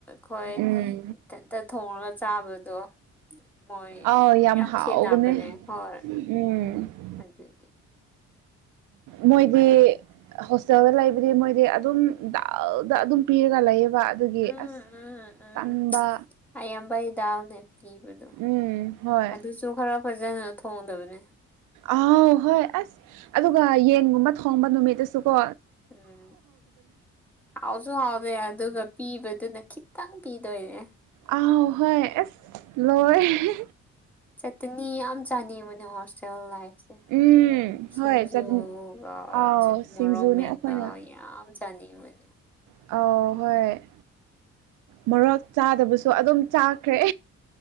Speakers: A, in the centre; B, on the right (about 85°).
A: ꯍꯣꯏ
B: ꯎꯝ
A: ꯏꯊꯟꯇ ꯊꯣꯡꯉꯒ ꯆꯥꯕꯗꯣ ꯃꯣꯏ
B: ꯑꯥꯎ
A: ꯌꯥꯝ
B: ꯍꯥꯎꯕꯅꯦ
A: ꯈꯦꯠꯅꯕꯅꯦ ꯍꯣꯏ
B: ꯎꯝ
A: ꯀꯃꯥꯏꯇꯧꯒꯦ
B: ꯃꯣꯏꯗꯤ ꯍꯣꯁꯇꯦꯜꯗ ꯂ ꯍꯥꯏꯕꯗꯤ ꯃꯣꯏꯗꯤ ꯑꯗꯨꯝ ꯗꯗ ꯑꯗꯨꯝ ꯄꯤꯔꯒ ꯂꯩꯌꯦꯕ ꯑꯗꯨꯒꯤ
A: ꯎꯝ
B: ꯑꯁ
A: ꯎꯝ ꯎꯝ
B: ꯇꯟꯕ
A: ꯑꯌꯥꯝꯕꯩ ꯗꯥꯜꯅꯦ ꯄꯤꯕꯗꯣ
B: ꯎꯝ ꯍꯣꯏ
A: ꯑꯗꯨꯁꯨ ꯈꯔ ꯐꯖꯅ ꯊꯣꯡꯗꯕꯅꯦ
B: ꯑꯥꯎ ꯍꯣꯏ ꯑꯁ ꯑꯗꯨꯒ ꯌꯦꯟꯒꯨꯝꯕ ꯊꯣꯡꯕ ꯅꯨꯃꯤꯠꯇꯁꯨ ꯀꯣ
A: ꯎꯝ ꯍꯥꯎꯁꯨ ꯍꯥꯎꯗꯦ ꯌꯥ ꯑꯗꯨꯒ ꯄꯤꯕꯗꯨꯅ ꯈꯤꯇꯪ ꯄꯤꯗꯣꯏꯅꯦ
B: ꯑ ꯍ ꯍꯣꯏ ꯑꯦꯁ ꯂꯣꯏꯍꯦ
A: ꯆꯠꯇꯅꯤ ꯌꯥꯝ ꯆꯥꯅꯩ ꯃꯅꯦ ꯍꯣꯁꯇꯦꯜ ꯂꯥꯏꯐ
B: ꯎꯝ
A: ꯁꯤꯡꯖꯨꯒ
B: ꯍꯣꯏ ꯆꯠꯅꯤ ꯑꯥꯎ ꯁꯤꯡꯖꯨꯅꯦ
A: ꯃꯣꯔꯣꯃꯦꯦꯠꯄ
B: ꯑꯩꯈꯣꯏꯅ
A: ꯌꯥꯝ ꯆꯥꯅꯤꯡ ꯃꯟ
B: ꯑ ꯍꯣꯏ ꯃꯣꯔꯣꯛ ꯆꯥꯗꯕꯁꯨ ꯑꯗꯨꯝ ꯆꯥꯈ꯭ꯔꯦ